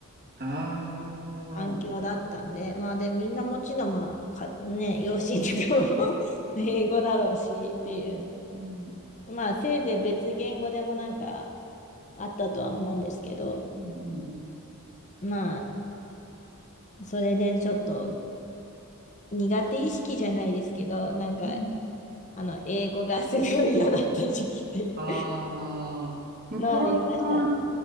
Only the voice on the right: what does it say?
ああ。
うん。うん。
うん。
うん
ああ。向こうの